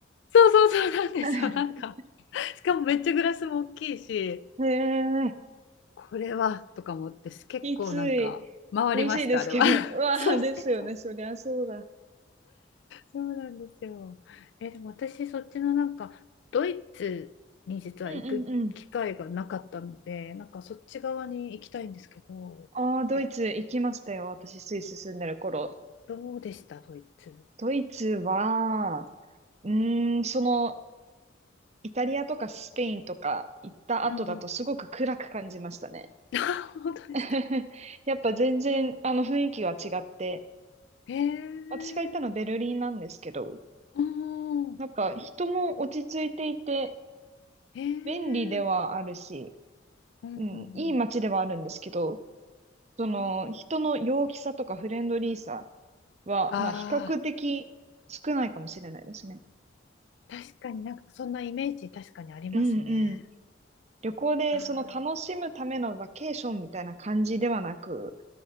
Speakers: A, on the left (about 65°); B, on the right (about 35°).
A: そうそうそうなんですよ、
B: <laughs>
A: なんか、しかもめっちゃグラスも大きいし、
B: へえ。
A: これはとか思って結構なんか回りましたあれは
B: きつい。美味しいですけど。
A: <laughs>
B: <laughs> うわあ、
A: そうそうそう
B: ですよね。そりゃそうだ。
A: そうなんですよえでも私そっちのなんかドイツに実は行く機会がなかったのでなんかそっち側に行きたいんですけどえ
B: うんうんうん。ああ、ドイツ行きましたよ。私、スイス住んでる頃。
A: どうでしたドイツ
B: ドイツは、うーん、その、イタリアとかスペインとか行った後だとすごく暗く感じましたね。
A: うんうん。<laughs> あ本当ですか
B: <laughs> やっぱ全然、あの、雰囲気は違って。
A: へえー
B: 私が行ったのベルリンなんですけど、
A: うん
B: なんか人も落ち着いていて、
A: へえー
B: 便利ではあるし、
A: うんうんうん
B: うん、いい街ではあるんですけど、その人の陽気さとかフレンドリーさ
A: うん
B: は、
A: あ
B: まあ比較的少ないかもしれないですね。
A: あ確かになんかそんなイメージ確かにありますね
B: うんうん。旅行でその楽しむためのバケーションみたいな感じではなく、
A: あー